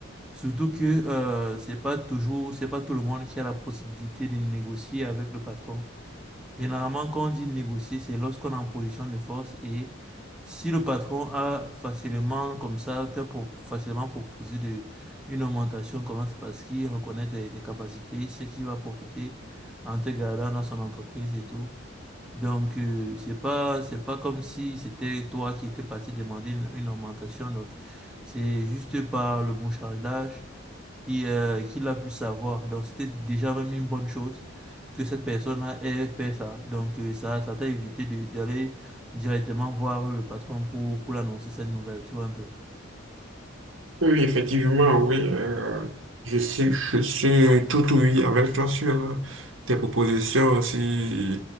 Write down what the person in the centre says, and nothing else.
Surtout que euh, c'est pas toujours, c'est pas tout le monde qui a la possibilité de négocier avec le patron. Généralement, quand on dit négocier, c'est lorsqu'on est en position de force et si le patron a facilement, comme ça, t'a pro- facilement proposé de, une augmentation, comment c'est parce qu'il reconnaît tes, tes capacités, il sait qu'il va profiter en te gardant dans son entreprise et tout. Donc, euh, c'est pas, c'est pas comme si c'était toi qui étais parti demander une, une augmentation. Donc, c'est juste par le bon charge d'âge qui, euh, qui l'a pu savoir. Donc, c'était déjà même une bonne chose que cette personne-là ait fait ça. Donc, euh, ça, ça t'a évité de, d'aller directement voir le patron pour, pour l'annoncer cette nouvelle, tu vois un peu.